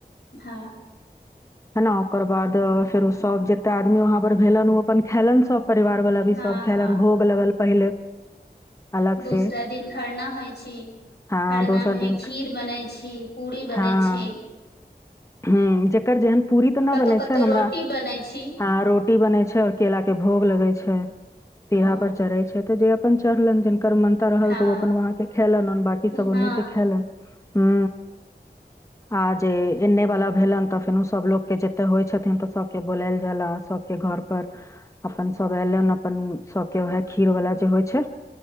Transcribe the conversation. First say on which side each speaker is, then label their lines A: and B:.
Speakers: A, on the left; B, on the left.
A: ह
B: हेना ओकर बाद फेरो सब जते आदमी वहाँ पर भेलन ओ अपन खेलन सभ परिवार वाला भी
A: हँ
B: सब खैलन
A: हँ
B: भोग लगल पहिले अलग
A: दूसरा
B: से
A: दिन खरना होइ छी
B: हँ
A: खरनामे
B: दोसर दिन
A: खीर बनैत छी पूरी बनै
B: हँ
A: छी
B: ह जकर जेहन पूरी तऽ नहि
A: कतौ
B: बनै
A: कतौ
B: छै हमरा
A: रोटी बनै छी
B: हँ रोटी बनै छै केला के भोग लगै छै पीढ़ा
A: ओ
B: पर चढ़ै छै त जे प अपन चर ले दिन कर्मन्ता रहल
A: हँ
B: तऽ ओ अपन वहाँके खेलनि बाकी सभ
A: हँ
B: ओन्ने के खेलनि हू आ जे एने वाला भेलन तऽ फेनोो सभलके जते होइ छथिन तऽ सभके बोलायल जाला सभके घर पर अपन सभ एलन अपन सबके वएह खीर वालला जे होइ छै